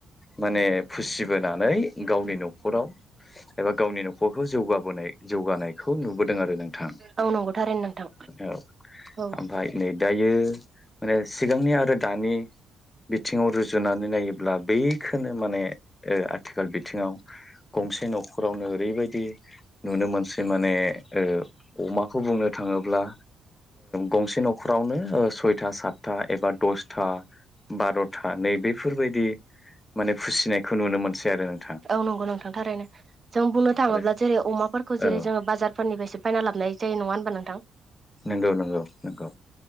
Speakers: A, on the left; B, on the right.
A: माने फिसिबोनानै गावनि न'खराव एबा गावनि न'खरखौ जौगाबोनाय जौगानायखौ नुबोदों। जादों आरो नोंथां
B: औ नंगौ थारैनो नोंथां
A: औ
B: औ
A: ओमफ्राय नै दायो। माने सिगांनि आरो दानि बिथिङाव रुजुनानै नायोब्ला बेखौबो माने आथिखाल बिथिङाव गंसे न'खरावनो ओरैबायदि नुनो मोनसै माने। अमाखौ बुंनो थाङोब्ला गंसे न'खरावनो सयथा सातथा एबा दसथा बार'था नै बेफोरबायदि माने फिसिनायखौ नुनो मोनसै आरो नों
B: औ नंगौ नोंथांथारैनो जों बुंनो थाङोब्ला
A: आरो
B: जेरै अमाफोरखौ
A: औ
B: जेरै जोङो बाजारफोरनिफ्रायसो बायना लाबोन
A: नंगौ नंगौ नंगौ